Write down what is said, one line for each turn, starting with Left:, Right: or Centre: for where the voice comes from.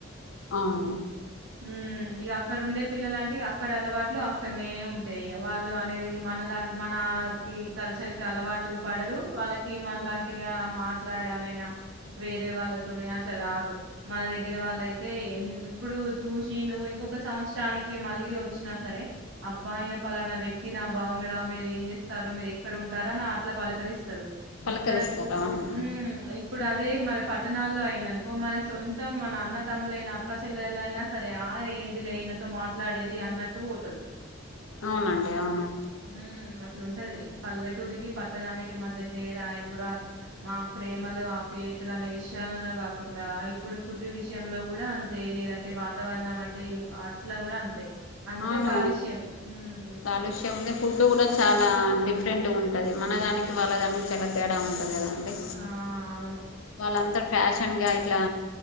Left: అవును
Right: ఊ ఇగా అక్కడ ఉండే పిల్లలు అంటే అక్కడ అలవాట్లు అక్కడనే ఉంటాయి ఇగా వాళ్ళు అనేది మనలాంటి మనకి కల్చర్ కి అలవాటు పడరు వాళ్ళకి మనలాంటిగా మాట్లాడ దావైనా వేరే వాళ్ళతో అట్లా రారు మన దగ్గర వాళ్ళ అయితే ఎ ఏప్పుడు చూసి నువ్వు ఇంకొక సంవత్సరానికి మళ్ళీ వచ్చినా సరే అబ్బా ఈయన పలానా వ్యక్తి నా బావుని మీరు ఏం చేస్తారు మీరు ఎక్కడ ఉంటారు ఆనా అట్లా పలకరిస్త సరూ
Left: పలకరిస్తారు
Right: ఇక్కడకు
Left: అవును
Right: హు ఇప్పుడు అ అదే మన పట్టణాల్లో అయిననుకో మన సొంతం మన అన్న తమ్ముల అయిన అక్క చెల్లెల అయినా సరే ఆ ఏందిలే ఈయనతో మాట్లాడేది అన్నట్టు పోతరు
Left: అవునండి అవును
Right: హ్మ్ అట్లుంటది. పల్లెటూరికి, పట్టనానికి మధ్య తేడా ఇప్పుడు ఆ మా ప్రేమలు ఆ పే. తులనే విషయాలనే గాకుండా ఇప్పుడు ఫుడ్ విషయంలో గూడ అంతే లేదంటే వా తావరణం అంటే ఇయో అట్లా గుడా అంతే అంత
Left: అవును
Right: కాలుష్యం హ్మ్
Left: కాలుష్యం ఉంది ఫుడ్ కూడా చాలా అంటే ఇ రెంటు ఉంటది మన దానికి వాళ్ళ దానికి చాల తేడా ఉంట లేదండి
Right: ఆ అవును
Left: వాళ్ళంతా ఫ్యాషన్గా ఇట్లా